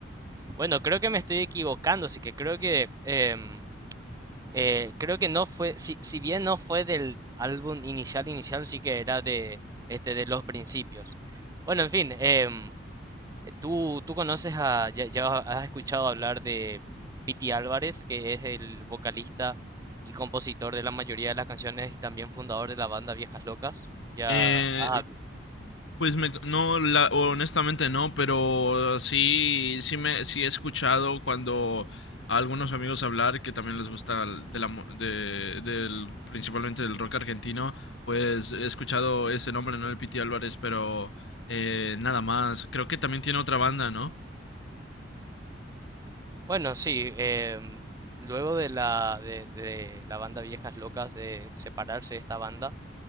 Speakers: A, on the right; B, on the left.
A: Bueno, creo que me estoy equivocando, así que creo que em, eh, creo que no fue, si, si bien no fue del álbum inicial inicial, sí que era de este de los principios. Bueno, en fin, em, tú tú conoces a ya, ya has escuchado hablar de Pity Álvarez, que es el vocalista y compositor de la mayoría de las canciones y también fundador de la banda Viejas Locas. Ya,
B: Eh,
A: ah,
B: Pues me, no, la- honestamente no, pero sí, sí me, sí he escuchado cuando a algunos amigos hablar que también les gusta el- de la mu- de- del, principalmente del rock argentino, pues he escuchado ese nombre, ¿no? El Piti Álvarez, pero eh, nada más. Creo que también tiene otra banda, ¿no?
A: Bueno, sí, em, luego de la, de, de la banda Viejas Locas, de separarse de esta banda,